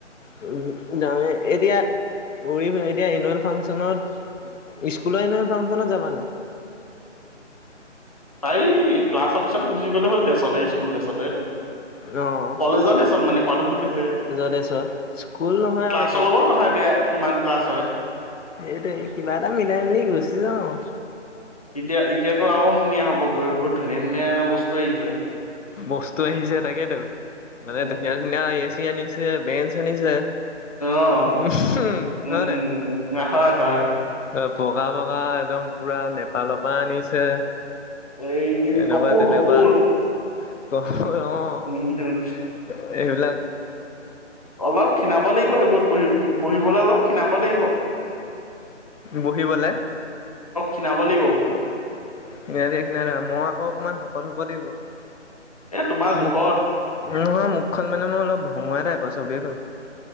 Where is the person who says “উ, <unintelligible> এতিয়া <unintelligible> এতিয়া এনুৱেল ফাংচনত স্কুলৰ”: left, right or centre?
Left